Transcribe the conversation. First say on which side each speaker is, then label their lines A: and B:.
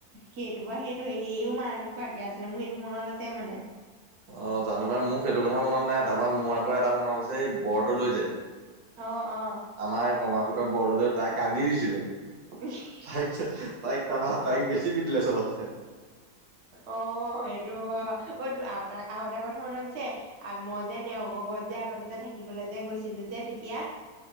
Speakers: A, on the right; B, on the right.
A: সেইটো বা সেইটো সিও মাৰ নোখোৱাকে আছিলে মোৰ সেইটো মনত আছে মানে
B: অ জানো পাই মোৰ সেইটো কথা মনত নাই তাৰপা মোৰ আকৌ এটা মনত আছে এই বৰদলৈ যে।
A: অ অ
B: আমাৰ কমাৰ চুকৰ বৰদলৈ তাই কান্দি দিছিলে।
A: <unintelligible>
B: <unintelligible> তাইক তাৰপৰা, তাইক বেছি পিতিলে চবত ছে।
A: অ, সেইটো হয় বাৰু। অই, তোৰ আৰু এটা, আৰু এটাৰ কথা মনত আছে? আৰু মই যে, নেওঁগ ঘৰত যে, আগতে যে, থাকিবলৈ যে, গৈছিলো যে, তেতিয়া